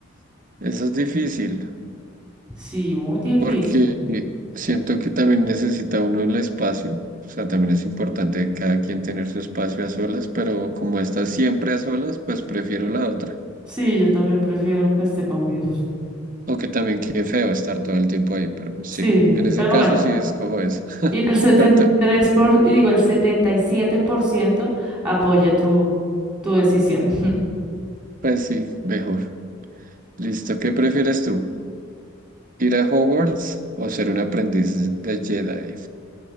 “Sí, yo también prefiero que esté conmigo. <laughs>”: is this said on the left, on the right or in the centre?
Centre